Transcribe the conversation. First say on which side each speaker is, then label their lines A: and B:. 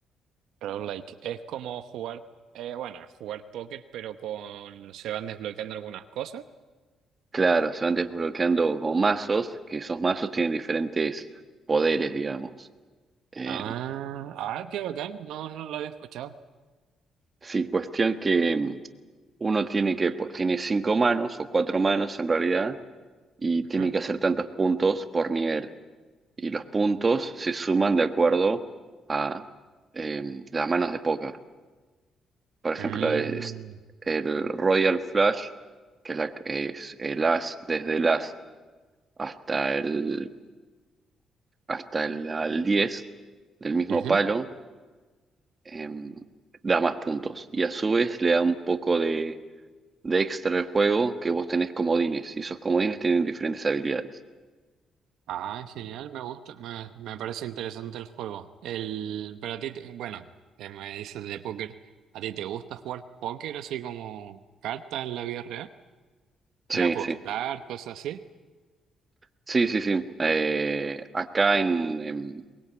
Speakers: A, on the right; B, on the right.
A: Roguelike. Es como jugar, eh, bueno, es jugar póker, pero con se van desbloqueando algunas cosas.
B: Claro, se van desbloqueando como mazos, que esos mazos tienen diferentes poderes, digamos. Eh,
A: Ah, ah, qué bacán. No, no lo había escuchado.
B: sí, cuestión que mm, uno tiene que, pues, tiene cinco manos o cuatro manos en realidad y
A: Ujú.
B: tiene que hacer tantos puntos por nivel. Y los puntos se suman de acuerdo a eh, las manos de póker. Por ejemplo,
A: Mm,
B: es el Royal Flush, que es, la- es el as desde el as hasta el, hasta el al 10 del mismo
A: ujú.
B: palo, eh, da más puntos. Y a su vez le da un poco de, de extra al juego que vos tenés comodines. Y esos comodines tienen diferentes habilidades.
A: Ah, genial, me gusta, me, me parece interesante el juego. El, pero a ti, te- bueno, eh, me dices de póker, ¿a ti te gusta jugar póker así como cartas en la vida real?
B: Sí,
A: ¿De apostar,
B: sí.
A: cosas así?
B: Sí, sí, sí. Eh, acá en, en,